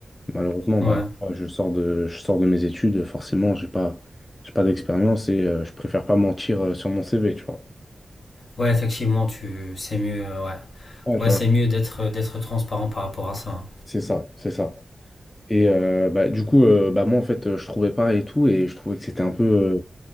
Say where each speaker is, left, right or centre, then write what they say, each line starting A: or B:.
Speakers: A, on the left; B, on the left.
A: Malheureusement,
B: Ouais,
A: bah, moi, je sors de, je sors de mes études, forcément, j'ai pas, j'ai pas d'expérience et euh, je préfère pas mentir euh, sur mon CV, tu vois.
B: ouais, effectivement, tu, c'est mieux, euh, ouais.
A: Ouais, je
B: Ouais, c'est
A: vois.
B: mieux d'être, d'être transparent par rapport à ça.
A: C'est ça, c'est ça. Et euh, bah, du coup, euh, bah, moi, en fait, euh, je trouvais pas et tout, et je trouvais que c'était un peu. euh,